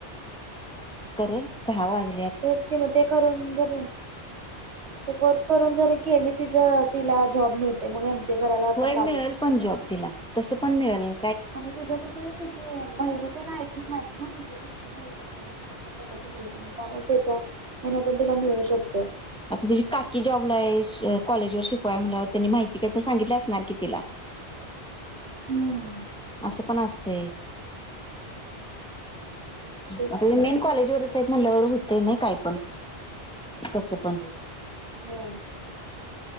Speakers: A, in the centre; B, on the right.
A: करुन चहा वाजे
B: तेचकि मते करून डेरे ते कोर्स करून जरी केली ति ज तिला जॉब मिळते मग सी ए करायला
A: होय
B: पण लागत
A: मिळेल
B: नाही.
A: पण जॉब तिला तस पण मिळेला
B: आणि तिचं कस त्याची बहिणी पण आहेत तिथ आहेत ना तिच्या सक्की बहिण आहेत ा त्यामुळे त्याच्या हना पण त्याला मिळू शकतो
A: आता त्याची काकी जॉबला कॉलेज वर शिकवाय म्हवर त्यांनी माहिती काता सांगितलं असणार कि तिला सऊऊऊ
B: ह्यूम
A: असं पण असते
B: तेच
A: आता
B: की
A: मेन कॉलेज वरच आहेत म्हणल्यावर ते नाही काय पण कसं पण
B: होय